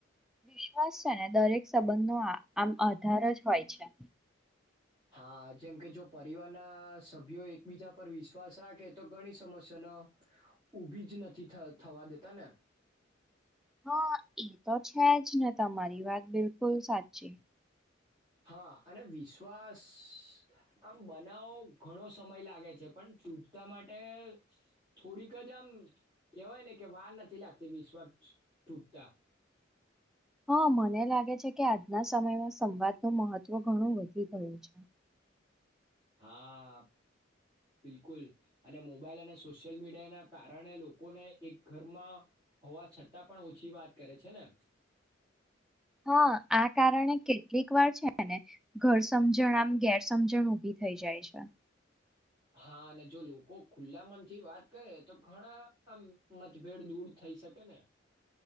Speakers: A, in the centre; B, on the right (about 25°).
A: વિશ્વાસ છે ને દરેક સંબંધનો આ- આમ આધાર જ હોય છે.
B: હા, જેમ કે જો પરિવારના સભ્યો એકબીજા પર વિશ્વાસ રાખે તો ઘણી સમસ્યાનો ઊભી જ નથી થવા દેતાને.
A: હા, એ તો છે જ ને તમારી વાત બિલકુલ સાચી.
B: હા, અને વિશ્વાસ આમ બનાવો ઘણો સમય લાગે છે પણ તૂટતા માટે થોડીક જ આમ કેહેવાય ને કે, વાર નથી લાગતી વિશ્વાસ તૂટતા.
A: હા, મને લાગે છે કે આજના સમયમાં સંવાદનું મહત્ત્વ ઘણું વધી ગયું છે.
B: હા, બિલકુલ અને મોબાઈલ અને સોશિયલ મીડિયા ના કારણે લોકોને એક ઘરમાં હોવા છતાં પણ ઓછી વાત કરે છે ને.
A: હા, આ કારણે કે કેટલીક વાર છે ને ઘર સમજણ આમ ગેરસજણ ઉભી થઈ જાય છે.
B: હા, અને જો લોકો ખુલ્લા મનથી વાત કરે તો ઘણા આમ મતભેદ દૂર થઈ શકે ને.